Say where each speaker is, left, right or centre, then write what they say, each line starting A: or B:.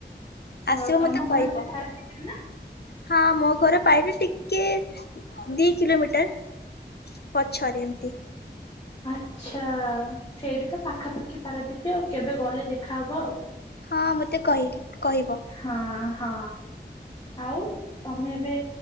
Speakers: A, on the left; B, on the left.
A: ଆସିବ
B: ଆଉ ତମ
A: ମତେ
B: ଘର
A: କହିବ
B: ପାରାଦୀପରେ ନା?
A: ହଁ ମୋ ଘରେ ପାଇବି ଟିକେ ଦି କିଲୋମିଟର ପଛରେ ଏମତି।
B: ଆଛା। ସେଇଠି ତ ପାଖାପାଖି ପାରାଦୀପୀ ଆଉ କେବେ ଗଲେ ଦେଖାହବ ଆଉ।
A: ହଁ ମୋତେ କହିଲି କହିବ
B: ହଁ, ହଁ, ଆଉ ତମେ ଏବେ